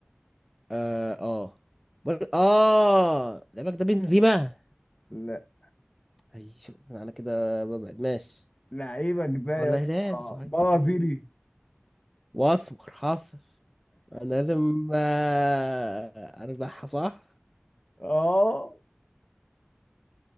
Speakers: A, in the centre; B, on the left (about 25°).
A: اه اه بر... اه لعبك ده بنزيما
B: لا
A: ايوه انا كده ببعد ماشي
B: لعيبك ده يا
A: ولا
B: اسطى
A: هلال صحيح
B: برازيلي
A: مم. واسمر حاصل انا لازم آه، ارزعها صح
B: <laughs> اه